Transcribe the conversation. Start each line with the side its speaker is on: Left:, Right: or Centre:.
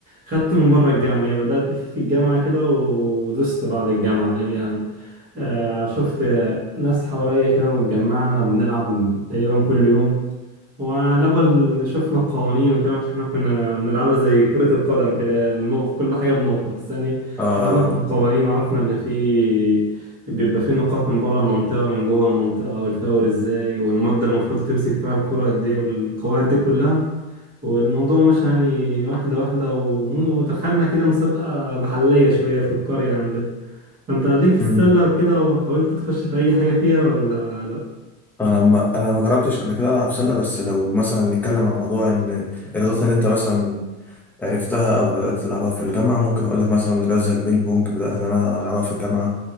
Right: خدت من بره الجامعة يعني بدأت في في الجامعة كده ودست بعد الجامعة اللي هي آه، شفت ناس حواليا كده واتجمعنا وبنلعب تقريبا كل يوم وعلى بال شفنا القوانين وكده عشان احنا كنا بنلعبها زي كرة القدم كده النقط كل حاجة بنقطة بس يعني
Centre: اه آه.
Right: غيرنا في القوانين عرفنا اللي فيه بيبقى فيه نقاط من بره المنطقة من جوه المنطقة والفاول ازاي والمدة المفروض تمسك فيها الكرة قد ايه والقواعد دي كلها والموضوع مشى يعني واحدة واحدة ومو- ودخلنا كده مسابقة محلية شوية في القرية عندنا فانت ليك في السلة
Centre: مم.
Right: وكده وحاولت تخش في أي حاجة فيها ولا لأ؟
Centre: انا ما انا ما جربتش قبل كده العب سله بس لو مثلا نتكلم عن موضوع ان الرياضات اللي انت مثلا عرفتها او بدات تلعبها في الجامعه ممكن اقول لك مثلا رياضه زي البينج بونج بدات ان انا العبها في الجامعه